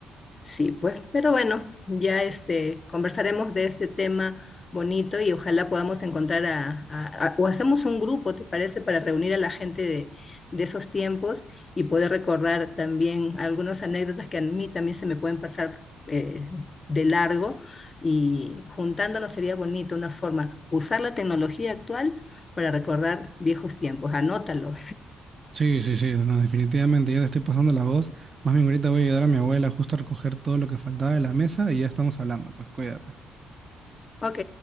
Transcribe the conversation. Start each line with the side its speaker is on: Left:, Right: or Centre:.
Left: Sí, pues, pero bueno, ya este, conversaremos de este tema bonito y ojalá podamos encontrar a, a- a- o hacemos un grupo, ¿te parece? Para reunir a la gente de, de esos tiempos y poder recordar también algunas anécdotas que a mí también se me pueden pasar eh, de largo y juntándonos sería bonito una forma, usar la tecnología actual para recordar viejos tiempos. Anótalo.
Right: Sí, sí, sí, no, definitivamente, ya te estoy pasando la voz. Más bien ahorita voy a ayudar a mi abuela justo a recoger todo lo que faltaba de la mesa y ya estamos hablando, pues cuídate.
Left: <laughs> Ok.